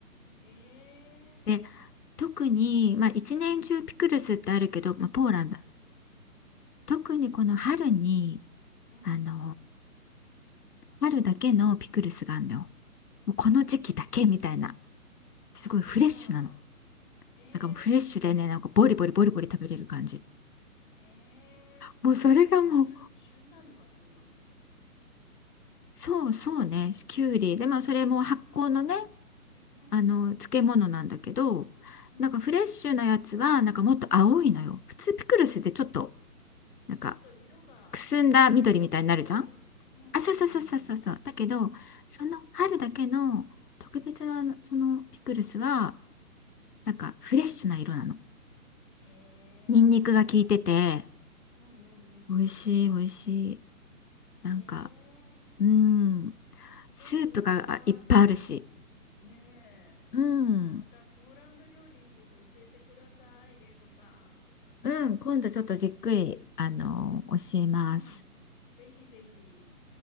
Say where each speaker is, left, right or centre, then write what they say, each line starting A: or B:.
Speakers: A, on the left; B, on the left.
A: へえ、
B: で、特に、まあ一年中ピクルスってあるけど、
A: うんうん、
B: まあ、ポーランド。特にこの春に、
A: うん。
B: あのー春だけのピクルスがあるのよ。もうこの時期だけみたいな。
A: へ
B: すごいフレッシュなの。
A: じゃあ、へえ、
B: なんかもうフレッシュでね、
A: き
B: なんかボリボリボリボリ食べれる感じ。
A: へえ、
B: もうそれがもう、
A: きゅうりが旬、旬なのかな、今。
B: そうそうね、きゅうり。で、
A: うん。
B: まあそれも発酵のね、
A: うんうん。
B: あの漬物なんだけどなんかフレッシュなやつはなんかもっと青いのよ普通ピクルスでちょっと
A: うん。
B: なんか
A: ちょっと色が茶色っぽい。
B: くすんだ緑みたいになるじゃん
A: うんうんうんうん。
B: あそうそうそうそうそうそうだけどその春だけの特別なあのそのピクルスは
A: うん。
B: なんかフレッシュな色なの
A: へえ。
B: ニンニクが効いてて
A: うんうんうんうん。
B: 美味しい美味しい
A: へえ。
B: なんかうん
A: ちょっとまた、
B: スープがあいっぱいあるし
A: ねえ、
B: うん
A: またポーランド料理について教えてください、玲子さん。
B: うん今度ちょっとじっくりあの教えます
A: うん。ぜひぜひ。